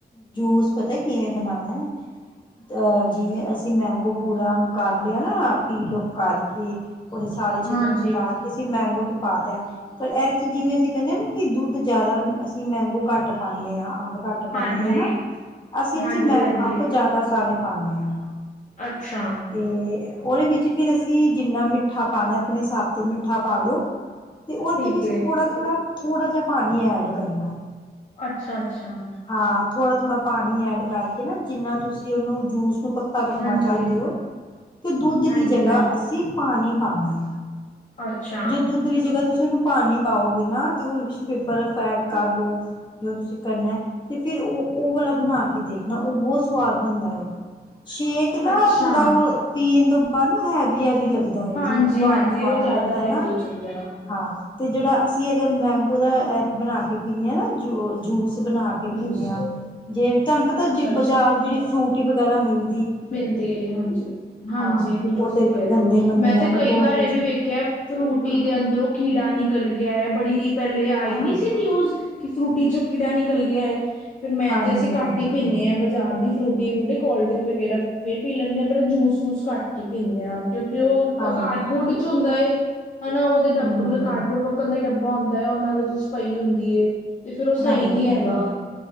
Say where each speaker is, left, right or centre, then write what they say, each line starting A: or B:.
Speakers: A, on the left; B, on the left.
A: ਜੂਸ ਪਤਾ ਕਿਵੇਂ ਬਣਾਉਣਾ ਆ ਜਿਵੇਂ ਅਸੀਂ ਅਸੀਂ ਮੈਂਗੋ ਪੂਰਾ ਉਹਨੂੰ ਕਰ ਲਿਆ ਨਾ ਪੀਲ ਕਰਕੇ ਉਹਦੇ ਸਾਰੇ ਛਿੱਲਕ
B: ਹਾਂਜੀ,
A: ਉਤਾਰ ਕੇ ਮੈਂਗੋ ਚ ਪਾਤਿਆ ਪਰ ਇਹਦੇ ਚ ਜਿਵੇਂ ਅਸੀਂ ਕਹਿੰਦੇ ਹਾਂ ਨਾ ਕਿ ਦੁੱਧ ਜ਼ਿਆਦਾ ਅਸੀਂ ਮੈਂਗੋ ਘੱਟ ਪਾਉਂਦੇ ਹਾਂ ਅੰਬ ਘੱਟ ਪਾਦੇ
B: ਹਾਂਜੀ,
A: ਨਾ ਅਸੀਂ ਇਚ
B: ਹਾਂਜੀ,
A: ਅੰਬ
B: ਹਾਂਜੀ
A: ਜਿਆਦਾ ਸਾਰੇ ਪਾਦੇ ਹਾਂ
B: ਅੱਛਾ।
A: ਆ ਉਹਦੇ ਵਿੱਚ ਫਿਰ ਅਸੀਂ ਜਿੰਨਾ ਮਿੱਠਾ ਪਾਣਾ ਆਪਣੇ ਹਿਸਾਬ ਤੇ ਮਿੱਠਾ ਪਾਲੋ ਤੇ ਉਚ
B: ਠੀਕ
A: ਵਿੱਚ
B: ਏ,
A: ਥੋੜਾ ਥੋੜਾ ਥੋੜਾ ਜਿਹਾ ਪਾਣੀ ਐਡ ਕਰਨਾ
B: ਅੱਛਾ -ਅੱਛਾ।
A: ਹਾਂ ਥੋੜਾ ਥੋੜਾ ਪਾਣੀ ਐਡ ਕਰਕੇ ਨਾ ਜਿੰਨਾ ਤੁਸੀਂ ਉਹਨੂੰ ਜੂਸ ਨੂੰ ਪੱਤਾ ਕੱਟਨਾ
B: ਹਾਂਜੀ,
A: ਚਾਹੁੰਦੇ ਹੋ। ਤੇ ਦੁੱਧ
B: ਹਾਂਜੀ,
A: ਦੀ ਜਗ੍ਹਾ
B: ਹਾਂਜੀ।
A: ਅਸੀਂ ਪਾਣੀ ਪਾਉਣਾ ਹੈ
B: ਅੱਛਾ।
A: ਜੋ ਦੁੱਧ ਦੀ ਜਗ੍ਹਾ ਤੁਸੀਂ ਉਹਨੂੰ ਪਾਣੀ ਪਾਓਗੇ ਨਾ ਤੇ ਉਹਦੇ ਵਿੱਚ ਫਿਰ ਫੈਟ ਕਰ ਲਓ ਜੋਂ ਤੁਸੀਂ ਕਰਨਾ ਤੇ ਫਿਰ ਉਹ ਉਹ ਵਾਲਾ ਬਣਾ ਕੇ ਦੇਖਣਾ ਉਹ ਬਹੁਤ ਸਵਾਦ ਬਣਦਾ ਹੈ। ਸ਼ੇਕ ਨਾ
B: ਅੱਛਾ,
A: ਥੋੜਾ ਉਹ ਪੀਣ ਦੋ ਨਾ ਹੈਵੀ ਹੈਵੀ ਲੱਗਦਾ ਹੈ
B: ਹਾਂਜੀ,
A: ਜਿਵੇਂ ਭਾਰਾ
B: ਹਾਂਜੀ
A: ਭਾਰਾ
B: ਉਹ
A: ਲੱਗਦਾ
B: ਜ਼ਿਆਦਾ ਹੈਵੀ
A: ਨਾ
B: ਹੋ ਜਾਂਦਾ ਹੈ।
A: ਹਾਂ ਤੇ ਜਿਹੜਾ ਅਸੀਂ ਅਗਰ ਮੈਂਗੋ ਦਾ ਐਪ ਬਣਾ ਕੇ ਪੀਂਦੇ ਹਾਂ ਨਾ ਜ ਜੂਸ ਬਣਾ ਕੇ ਪੀਂਦੇ
B: ਜੂਸ,
A: ਹਾਂ ਜੇ ਤੁਹਾਨੂੰ ਪਤਾ
B: ਅੱਛਾ,
A: ਜੇ ਬਾਜ਼ਾਰ ਜਿਹੜੀ ਫਰੂਟ ਟਿਬ ਵਗੈਰਾ ਮਿਲ
B: ਬਿੰਨ ਤੇ ਹਾਂਜੀ ਹਾਂਜੀ
A: ਹਾਂ
B: ਬਿਲਕੁਲ
A: ਉਹ
B: ਸਹੀ
A: ਤੇ
B: ਕਹਿ
A: ਗੰਦੇ
B: ਹੋ
A: ਮੰੰਦੇ
B: ਮੈਂ
A: ਆ
B: ਤੇ ਕਈ
A: ਉਹ
B: ਵਾਰ
A: ਯੂਜ
B: ਇਹ ਵੀ ਵੇਖ ਫਰੂਟੀ ਦੇ ਅੰਦਰੋਂ ਕੀੜਾ ਨਿਕਲ ਗਿਆ ਹੈ ਬੜੀ ਪਹਿਲੇ ਆਈ
A: ਹਾਂ
B: ਨੀ ਸੀ
A: ਹਾਂ
B: ਨਿਊਜ਼ ਕਿ ਫਰੂਟੀ ਚੋਂ ਕੀੜਾ ਨਿਕਲ ਗਿਆ ਹੈ ਫਿਰ ਮੈਂ
A: ਹਾਂਜੀ
B: ਤੇ ਅਸੀਂ
A: ਹਾਂਜੀ
B: ਘੱਟ ਹੀ ਪੀਂਦੇ ਹਾਂ ਬਾਜ਼ਾਰ ਦੀ ਫਰੂਟੀ ਫਰੂਟੀ ਕੋਲਡ ਡਰਿੰਕ ਵਗੈਰਾ ਫਿਰ ਪੀ ਲੈਂਦੇ ਆ ਪਰ ਜੂਸ ਵੂਸ ਘੱਟ ਹੀ ਪੀਂਦੇ ਆਂ ਕਿਉਂਕਿ ਉਹ
A: ਹਾਂਜੀ
B: ਕਾਰਡਬੋਰਡ ਵਿੱਚ ਹੁੰਦਾ ਏ ਹਨਾ ਉਹਦੇ ਡਾਕਟਰ
A: ਹਮ ਹਮ
B: ਕਾਰਡਬੋਰਡ ਇੱਕ ਅੱਧਾ ਡੱਬਾ ਹੁੰਦਾ ਏ ਉਹਨਾਂ ਦੀ ਪਈ ਹੁੰਦੀ ਏ। ਫਿਰ ਉਹ ਸਹੀ
A: ਹਾਂਜੀ
B: ਨਹੀਂ ਹੈਗਾ
A: ਹਾਂਜੀ